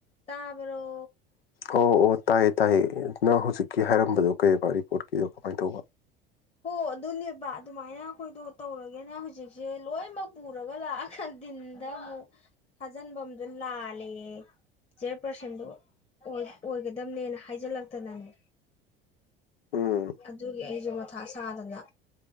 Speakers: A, on the left; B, on the left.
A: ꯇꯥꯕꯔꯣ
B: ꯑꯣ ꯑꯣ ꯇꯥꯏꯌꯦ ꯇꯥꯏꯌꯦ ꯅꯪ ꯍꯧꯖꯤꯛꯀꯤ ꯍꯥꯏꯔꯝꯕꯗꯣ ꯀꯩꯕ ꯔꯤꯄꯣꯔꯠꯀꯤꯗꯣ ꯀꯃꯥꯏꯟ ꯇꯧꯕ
A: ꯑꯣ ꯑꯗꯨꯅꯦꯕ ꯑꯗꯨꯃꯥꯏꯅ ꯑꯩꯈꯣꯏꯗꯣ ꯇꯧꯔꯒꯦꯅ ꯍꯧꯖꯤꯛꯁꯦ ꯂꯣꯏꯅꯃꯛ ꯄꯨꯔꯒ ꯂꯥꯛꯑꯒ ꯗꯤꯟꯗ ꯑꯃꯨꯛ ꯊꯥꯖꯤꯟꯐꯝꯗꯣ ꯂꯥꯜꯂꯦ ꯆꯤꯌꯔ ꯄꯔꯁꯟꯗꯣ ꯑꯣꯏ ꯑꯣꯏꯒꯗꯝꯕꯅꯦꯅ ꯍꯥꯏꯖꯤꯜꯂꯛꯇꯅꯅꯦ
B: ꯎꯝ
A: ꯑꯗꯨꯒꯤ ꯑꯩꯁꯨ ꯑꯊ ꯁꯥꯗꯅ